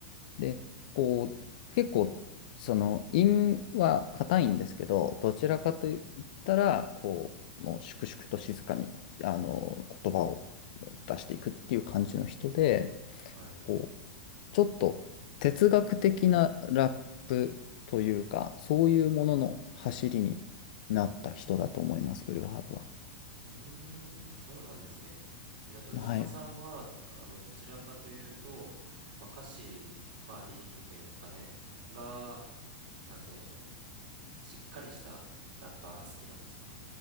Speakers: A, on the left (about 60°); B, on the right (about 65°).
A: で、こう、結構、その、陰は硬いんですけど、どちらかと言ったら、
B: はい、
A: こう、もう粛々と静かに、あの、言葉を出していくっていう感じの人で、
B: はい。
A: こう、ちょっと哲学的なラップというか、そういうものの走りになった人だと思います、ブルーハーブは。
B: うーん、そうなんですね。え、じゃあ、豊島さんは、
A: はい。
B: あの、どちらかというと、まあ、歌詞、まあ、リリックっていうんですかね、が、なんて言うんでしょう、しっかりしたラッパーが好きなんですか